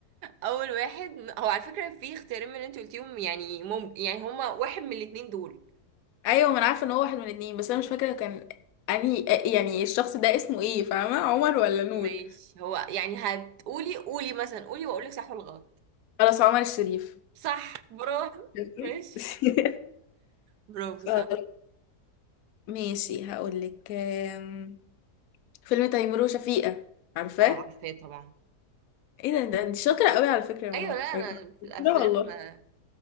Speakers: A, on the right (about 85°); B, on the left (about 65°).
A: اول واحد هو على فكره في اختيارين من اللي انت قلتيهم يعني ممكن يعني هما واحد من الاتنين دول
B: ايوه ما انا عارفه ان هو واحد من الاتنين بس انا مش فاكره كان انهي يعني الشخص ده اسمه ايه فاهمه عمر ولا نور
A: ماشي هو يعني هتقولي قولي مثلا قولي واقولك صح ولا غلط
B: خلاص عمر الشريف
A: صح برافو
B: <laughs>
A: ماشي برافو
B: خلاص.
A: صح
B: ماشي هقولك آم، فيلم تيمور وشفيقة عارفاه
A: اه عارفاه طبعا
B: ايه ده ده انت شاطره قوي على فكره يا منور
A: ايوه لا انا في الافلام
B: لا والله
A: آه،
B: <laughs>